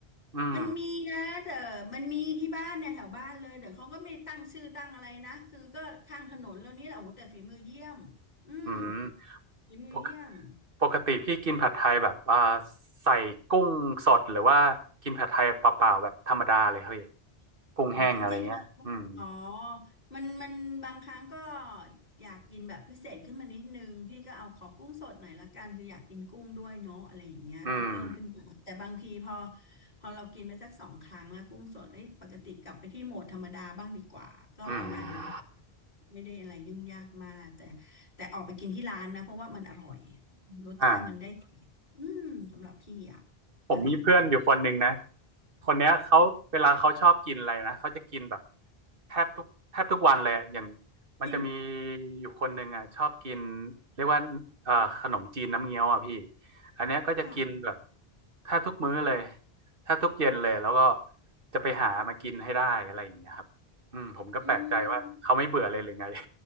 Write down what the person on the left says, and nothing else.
มันมีนะแต่มันมีที่บ้านเนี่ยแถวบ้านเลยแต่เขาก็ไม่ตั้งชื่อตั้งอะไรนะคือก็ข้างถนนแล้วนี่แหละโอ้โหแต่ฝีมือเยี่ยมอืม
ฝีมือเยี่ยม
อ๋อจริงๆแล้วอ๋อมันมันบางครั้งก็อยากกินแบบพิเศษขึ้นมานิดนึงพี่ก็เอาขอกุ้งสดหน่อยละกันคืออยากกินกุ้งด้วยเนาะอะไรอย่างเงี้ยก็เพิ่มขึ้นมาแต่บางทีพอ
พอเรากินไปสักสองครั้งแล้วกุ้งสดเอ้ยปกติกลับไปที่โหมดธรรมดาบ้างดีกว่าก็ประมาณนี้
ไม่ได้อะไรยุ่งยากมากแต่แต่ออกไปกินที่ร้านนะเพราะว่ามันอร่อยรสชาติมันได้ใจ
อืมสำหรับพี่อะ
อะไรอย่างเงี้ย
จริง
ค่ะ
อืม